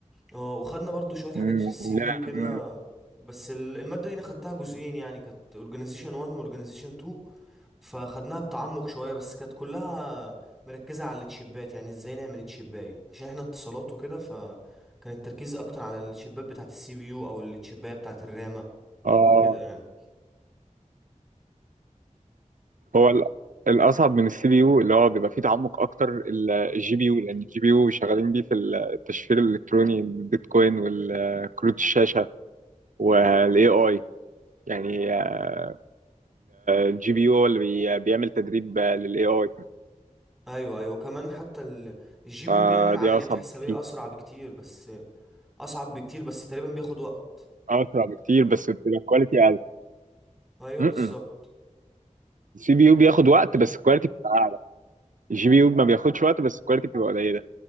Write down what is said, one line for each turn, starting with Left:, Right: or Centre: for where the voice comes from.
Centre: اه وخدنا برضو شوية حاجات
Right: امم
Centre: في السي بي
Right: لا
Centre: يو كده
Right: مم.
Centre: بس ال- المادة دي انا خدتها جزئين يعني كانت اورجانيزيشن 1 واورجانيزيشن 2 فاخدناها بتعمق شويه بس كانت كلها مركزه على التشيبات يعني ازاي نعمل التشيبايه عشان احنا اتصالات وكده فكان التركيز اكتر على التشيبات بتاعه السي بي يو او التشيبايه بتاعه الرامه
Right: اه
Centre: او كده يعني
Right: هو ال- الاصعب من السي بي يو اللي هو بيبقى فيه تعمق اكتر الجي بي يو لان الجي بي يو شغالين بيه في التشفير الالكتروني البيتكوين والكروت الشاشة والاي اي يعني آه، الجي بي يو هو اللي بي- بيعمل تدريب للاي اي
Centre: ايوه ايوه كمان حتى الجي بي
Right: فدي
Centre: يو بيعمل عمليات
Right: اصعب
Centre: حسابيه
Right: بكتير
Centre: اسرع بكتير بس اصعب بكتير بس تقريبا بياخد وقت
Right: اسرع بكتير بس بتبقى كواليتي اقل
Centre: ايوه
Right: م-م.
Centre: بالظبط
Right: السي بي يو بياخد وقت بس الكواليتي بتبقى اعلى الجي بي يو ما بياخدش وقت بس الكواليتي بتبقى قليله